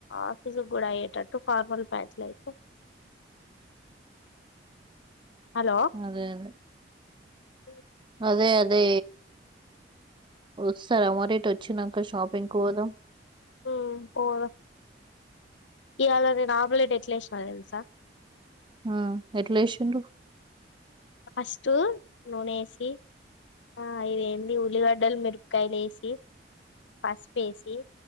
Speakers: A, on the left; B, on the right.
A: ఆఫీసుకు కూడా అయ్యేటట్టు ఫార్మల్ ప్యాంట్లు అయితే హలో
B: అదే అదే
A: <inaudible>
B: అదే అదే ఒస్తార మరి ఇటు వచ్చినంక షా పింగ్‌కి పోదాం
A: హ్మ్ పోదాం ఇయాల నేను ఆమ్లెట్ ఎట్లేసిన తెలుసా
B: హ్మ్ ఎట్లేసిండ్రు
A: ఫస్ట్ నూనె వేసి ఆ ఇదేంది ఉల్లిగడ్డలు మెరుప కాయలు వేసి పసుపుఏసి